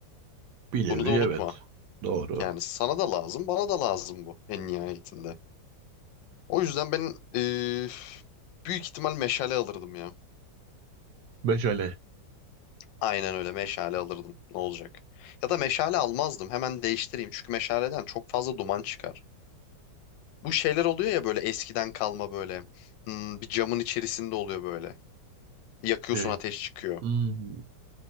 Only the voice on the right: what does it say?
Bir nevi
evet. Doğru.
Meşale.
Ee,
hmm,